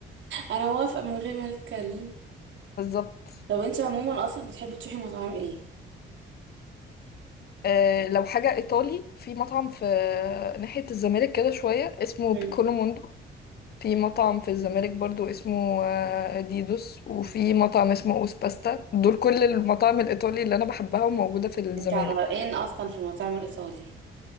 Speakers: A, on the right (about 65°); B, on the left (about 50°).
A: انا موافقة من غير ما نتكلم
B: بالظبط
A: طب انت عموما اصلا بتحبي تروحي مطاعم ايه
B: آه لو حاجة إيطالي في مطعم في ناحية الزمالك كده شوية اسمه
A: مم.
B: بيكولو موندو في مطعم في الزمالك برضو اسمه آه، ديدوس وفي مطعم اسمه أوس باستا دول كل المطاعم الإيطالي اللي أنا بحبها وموجودة في الزمالك
A: انت على رأيين اصلا في المطاعم الايطالي